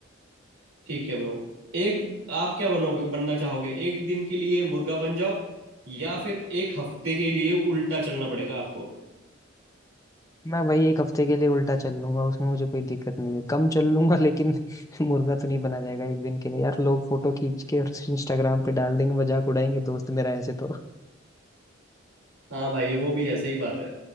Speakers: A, on the right; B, on the left.
A: ठीक है ब्रो एक आप क्या बनोगे बनना चाहोगे एक दिन के लिए मुर्गा बन जाओ या फिर एक हफ्ते के लिए उल्टा चलना पड़ेगा आपको
B: मैं भाई एक हफ्ते के लिए उल्टा चल लूंगा उसमें मुझे कोई दिक्कत नहीं है कम चल लूंगा लेकिन <laughs> मुर्गा तो नहीं बना जाएगा एक दिन के लिए यार लोग फोटो खींच के और इंस्टाग्राम पे डाल देंगे मजाक उड़ाएंगे दोस्त मेरा ऐसे तो
A: हाँ भाई वो भी है सही बात है